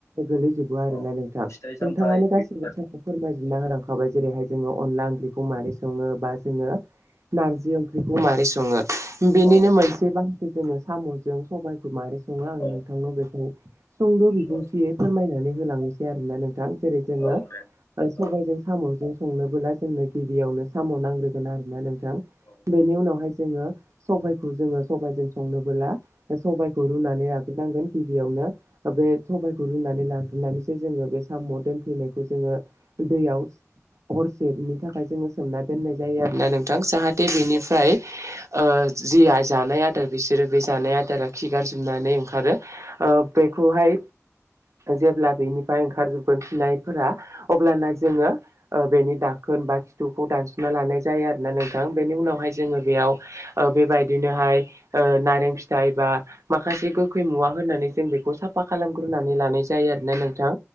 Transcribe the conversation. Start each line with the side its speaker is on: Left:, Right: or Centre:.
Right: गोलैजोबो आरोना
Left: औ
Right: नोंथां।
Left: फिथाइ सामथाइ
Right: नोंथाङानो
Left: बेफोर
Right: गासै
Left: गासैबो
Right: बाथ्राखौ फोरमायजोबना होलां खाबाय जेरैहाय जोङो अनला ओंख्रिखौ मारै सङो बा जोङो नारजि ओंख्रिखौ मारै सङो सङो, बेनिनो
Left: औ
Right: मोनसे बाहा <unintelligible> जोङो समजों सबाइखौ मारै सङो आं
Left: औ
Right: नोंथांनाव बेखौ सुंद' बिबुंथियै
Left: औ
Right: फोरमायनानै होलांनोसै आरो ना नोंथां। जेरै जोङो
Left: औ औ दे
Right: ओ सबायजों
Left: औ
Right: साम'जों संनोबोला जोंनो गिबियावनो साम' नांग्रोगोन आरो ना नोंथां।
Left: औ
Right: बेनि उनावहाय जोङो सबायखौ जोङो सबायजों संनोबोला सबायखौ रुनानै लाग्रोनांगोन गिबियावनो। बे सबायखौ रुनानै लाग्रोनानैसो जोङो बे साम' दोनफैनायखौ जोङो दैयाव हरसेनि थाखाय जोङो सोमना दोननाय जायो आरो ना नोंथां। जाहाथे बेनिफ्राय
Left: औ
Right: ओ जि जानाय आदार बिसोरो बे जानाय आदारा खि गारजोबनानै ओंखारो ओ बेखौहाय जेब्ला बेनिफ्राय ओंखारजोबगोन फिननायफोरा अब्लाना जोङो ओ बेनि दाखो ओनबा खिथुखौ दानस'ना लानाय जायो आरो ना नोंथां। बेनि उनावहाय जोङो बेयाव ओ बेबायदिनोहा <unintelligible> ओ नारें फिथाइ बा माखासे गोखै मुवा होनानै जों बेखौ साफा खालामग्रोनानै लानाय जायो आरो ना नोंथां।